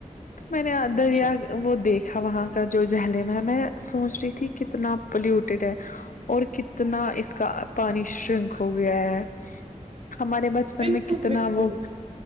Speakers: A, on the left; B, on the right.
A: تو میں نے دریا
B: اچھا
A: وہ دیکھا وہاں کا جو جہلم ہے میں سوچ رہی تھی کتنا پلیوٹیڈ ہے اور کتنا اس کا پانی شرنک ہو گیا ہے ہمارے بچپن
B: بالکل
A: میں کتنا
B: بالکل
A: وہ